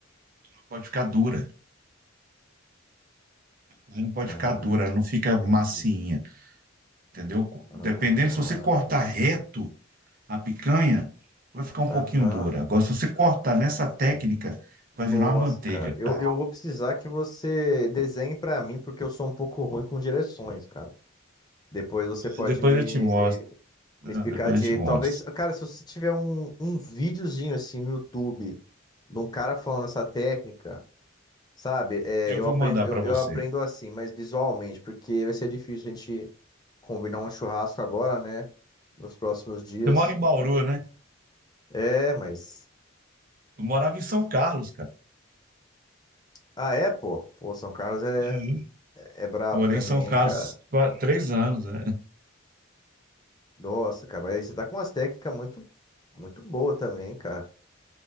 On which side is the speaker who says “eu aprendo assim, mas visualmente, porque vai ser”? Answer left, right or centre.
Left